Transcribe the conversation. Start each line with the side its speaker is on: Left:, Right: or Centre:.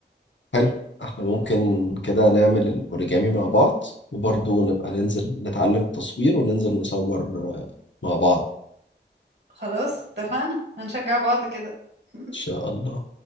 Left: حلو احنا ممكن كده نعمل الاوريجامي مع بعض وبرضو نبقى ننزل نتعلم التصوير وننزل نصور آه، مع بعض ان
Right: خلاص اتفقنا هنشجع بعض كده <laughs>
Left: شاء الله